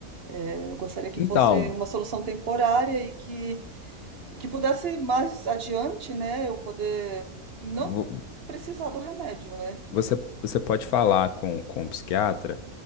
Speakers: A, on the right; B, on the left.
A: É, eu gostaria que
B: Então,
A: fosse uma solução temporária e que, e que pudesse mais adiante, né, eu poder não
B: vo-
A: precisar do remédio, né?
B: você, você pode falar com, com o psiquiatra.